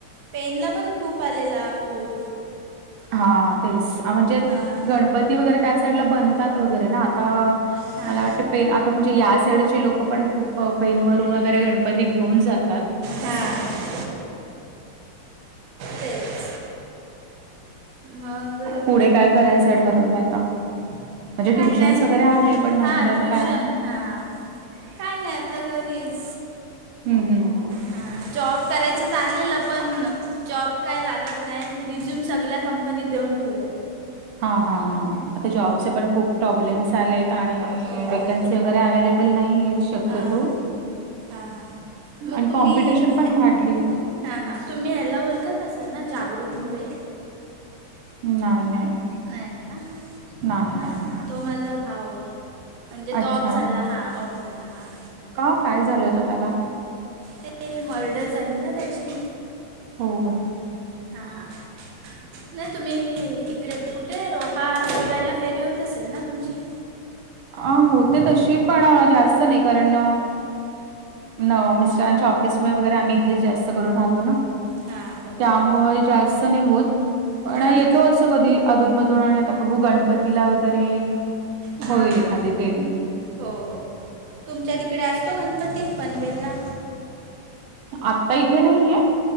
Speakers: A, on the right; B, on the right.
A: पेनला पण खूप आलेला पूर.
B: हा तेच म्हणजे
A: हां
B: गणप पती वगैरे त्या साईडला बनतात वगैरे ना, आता
A: हां
B: मला वाटतं, पेन आता म्हणजे या साईडचे लोकंपण खूप प पैनवरून वगैरे गणपती घेऊन जातात.
A: हां तेच मग,
B: पुढे काय करायचं ठरवलंय आता. म्हणजे ट्युशन्स
A: काय नाही,
B: वगैरे आहे पण नंतर
A: हा ट्युशन
B: काय
A: हा. काय नाय आता घरीच.
B: हम्म हम्म.
A: हा, जॉब करायच चाललेलं पण जॉब काय लागत नाही, रिझ्यूम सगळ्या कंपनीत देऊन ठेवलाय.
B: हा हा हा. आता जॉबचे पण खूप प्रॉब्लेम्स आलेत आणि
A: हो
B: वेकन्सी
A: हो
B: अग वर अवेलेबल नाहीयेत शक्यतो
A: हां हां हां हां मग
B: आणि
A: तुम्ही
B: कॉम्पिटिशन पण
A: ह
B: वाढलीय.
A: हां हां, तुम्ही ह्याला ओळखत असाल ना जागृत मोरे?
B: नाही नाही.
A: नाही ना.
B: नाही,
A: हां
B: नाही.
A: हां तो माझा भाऊ. म्हणजे
B: अच्छा.
A: तो ऑफ झाला हां, ऑफ झाला हां.
B: का, काय झालं होतं त्याला?
A: ते मर्डर झाली ना त्याची
B: हो.
A: हा हा. नाही तुम्ही इकडे कुठे, रोहा कोलायला फेरी होत असेल ना तुमची?
B: आं होते तशी, पण जास्त नाही. कारण न मिस्टरांच्या ऑफिस म वगैरे आम्ही इथेच जास्त करून राहतो ना.
A: हां बरोबर
B: त्यामुळें
A: बरोबर
B: जास्त नाही होतं. पण
A: हां
B: येतो असं कधी अधूनमधून आणि आता बघू गणपतीला वगैरे,
A: हां
B: होईल एखादी
A: हां,
B: फेरी.
A: हो. हो. हो. तुमच्या तिकडे असतो गणपती पनवेलला.
B: आता इथे नाहीये,